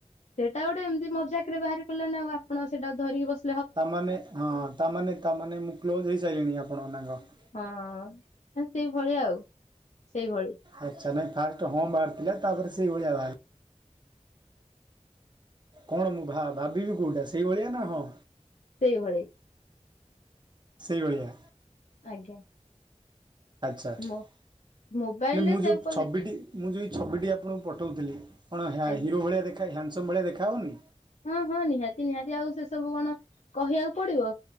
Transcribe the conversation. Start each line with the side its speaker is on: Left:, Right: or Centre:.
Left: ସେଇଟା ଗୋଟେ ଏମିତି ମଜାକରେ ବାହାରି ପଇଲାନା ଆପଣ ସେଟା ଧରିକି ବସ
Right: ତାମାନେ ହଁ ତାମାନେ ତାମାନେ ମୁଁ କ୍ଲୋଜ୍ ହେଇସାଇଲିଣି ଆପଣଙ୍କ ନାଁ କଣ?
Left: ହଁ ସେଇଭଳିଆ ଆଉ ସେଇଭଳି।
Right: ଆଚ୍ଛା ନାଇଁ ଫାଷ୍ଟ ହଁ ବାହାର ଥିଲା ତାପରେ ସେଇଭଳିଆ ବାହାରଲା। କଣ ମୁଁ ଭା-ଭାବିବି କୋଉଟା ସେଇଭଳିଆ ନା ହଁ।
Left: ସେଇଭଳି।
Right: ସେଇଭଳିଆ।
Left: ଆଜ୍ଞା।
Right: ଆଚ୍ଛା ହେଲେ
Left: ମୋ ମୋବାଇଲ
Right: ମୁଁ
Left: ରେ ସେଭ୍
Right: ଯୋଉ
Left: କଲେ
Right: ଛବିଡ଼ି ମୁଁ ଯେଉଁ ଛବିଟି ଆପଣଙ୍କୁ ପଠଉଥିଲି କଣ ହ୍ୟା
Left: ଆଜ୍ଞା
Right: ହିରୋ ଭଳିଆ ଦେଖା ହ୍ୟାଣ୍ଡସମ୍ ଭଳିଆ ଦେଖାଯାଉନି।
Left: ହଁ ହଁ ନିହାତି ନିହାତି ଆଉ ସେ ସବୁ କଣ କହିବାକୁ ପଡିବ।